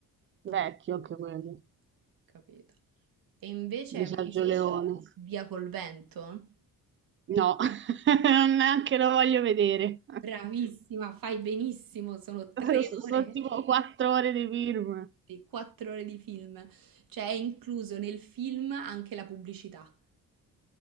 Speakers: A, on the right (about 35°); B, on the right (about 65°).
A: vecchio
B: Ok, sì,
A: anche
B: sì,
A: quello,
B: sì, capito. E invece
A: di
B: hai
A: Sergio
B: mai visto
A: Leone.
B: Via col vento?
A: No, <laughs> non neanche lo voglio vedere.
B: Bravissima, fai benissimo, sono tre
A: <laughs> Sono
B: ore,
A: tipo quattro ore di film.
B: sì, quattro ore di film. Cioè è incluso nel film anche la pubblicità,